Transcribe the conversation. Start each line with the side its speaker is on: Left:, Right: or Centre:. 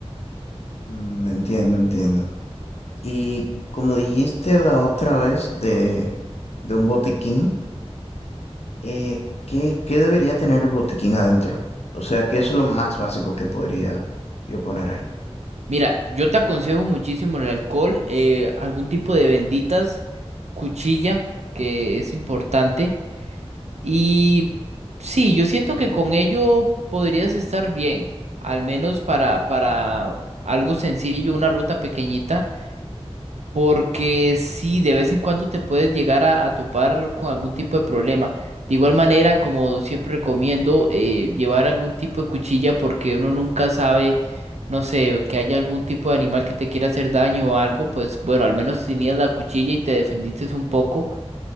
Left: Mm, Entiendo, entiendo. Y como dijiste la otra vez de, de un botiquín, eh, ¿qué, qué debería tener el botiquín adentro? O sea, ¿qué es lo más básico que podría yo poner ahí?
Right: Mira, yo te aconsejo muchísimo el alcohol, eh, algún tipo de benditas, cuchilla, que es importante. Y sí, yo siento que con ello podrías estar bien, al menos para, para algo sencillo, una ruta pequeñita, porque sí, de vez en cuando te puedes llegar a, a topar con algún tipo de problema. De igual manera, como siempre recomiendo, eh, llevar algún tipo de cuchilla porque uno nunca sabe, no sé, que haya algún tipo de animal que te quiera hacer daño o algo, pues bueno, al menos tenías la cuchilla y te defendiste un poco.